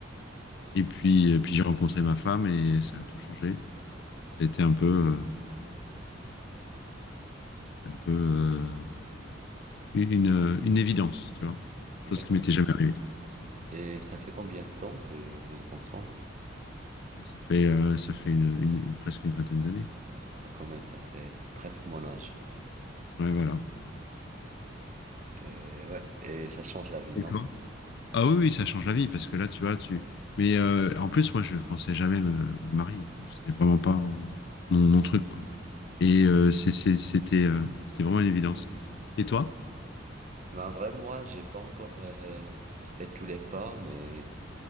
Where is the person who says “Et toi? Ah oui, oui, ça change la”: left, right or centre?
Left